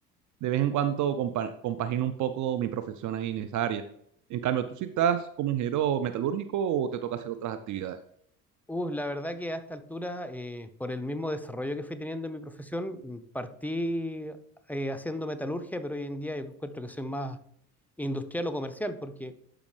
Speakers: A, on the right; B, in the centre.
A: de vez en cuando compa- compagino un poco mi profesión ahí en esa área. En cambio, ¿tú sí estás como ingeniero metalúrgico o te toca hacer otras actividades?
B: Uh, la verdad que a esta altura, eh, por el mismo desarrollo que fui teniendo en mi profesión, mm, partí eh, haciendo metalurgia, pero hoy en día yo encuentro que soy más industrial o comercial, porque